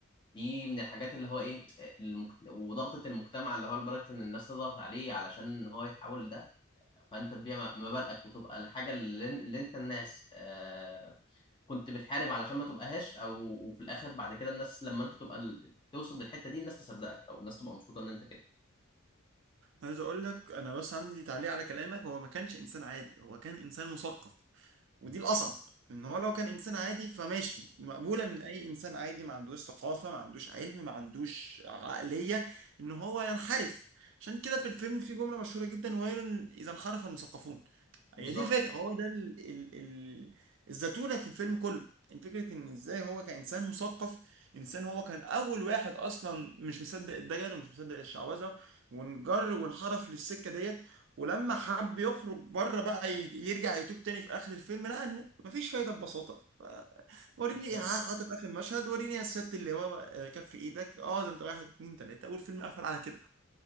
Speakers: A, on the left; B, on the right.
A: دي من الحاجات اللي هو إيه المك... وضغطة المجتمع اللي هو لدرجة إن الناس تضغط عليه علشان هو يتحول لده فأنت تبيع م- مبادئك وتبقى الحاجة اللي, اللي أنت الناس آه، كنت بتحارب علشان ما تبقاهاش أو وفي الآخر بعد كده الناس لما أنت تبقى ال- توصل للحته دي الناس تصدقك او الناس تبقى مبسوطه ان انت كده
B: عايز اقول لك انا بس عندي تعليق على كلامك هو ما كانش انسان عادي هو كان انسان مثقف ودي الأصعب إن هو لو كان إنسان عادي فماشي مقبولة من أي إنسان عادي ما عندوش ثقافة ما عندوش علم ما عندوش عقلية إن هو ينحرف عشان كده في الفيلم في جملة مشهورة جدا ويل إذا انحرف المثقفون
A: بالظبط
B: هي دي الفكرة هو ده ال... ال... ال... الزتونة في الفيلم كله إن فكرة إن إزاي هو كإنسان مثقف إنسان هو كان أول واحد أصلا مش مصدق الدجل ومش مصدق الشعوذة وانجر وانحرف للسكة ديت ولما حب يخرج بره بقى ي- يرجع يتوب تاني في اخر الفيلم لقى ان مفيش فايده ببساطه ف- وريني
A: بالظبط
B: ح- حاطط اخر مشهد وريني يا سياده اللواء آه، كف ايدك اه ده انت واحد اتنين تلاته اول فيلم قفل على كده